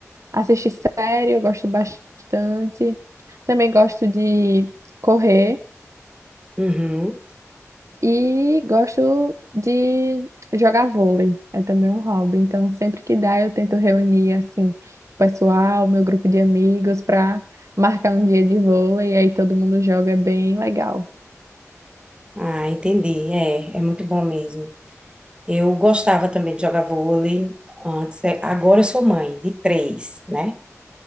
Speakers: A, on the right; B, on the right.
A: assistir série, eu gosto bastante. Também gosto de correr.
B: Uhum.
A: E gosto de jogar vôlei, é também um hobby. Então, sempre que dá, eu tento reunir assim, o pessoal, meu grupo de amigos, para marcar um dia de vôlei. aí todo mundo joga, é bem legal.
B: Ah, entendi. É, é muito bom mesmo. Eu gostava também de jogar vôlei antes. é, Agora eu sou mãe de três, né?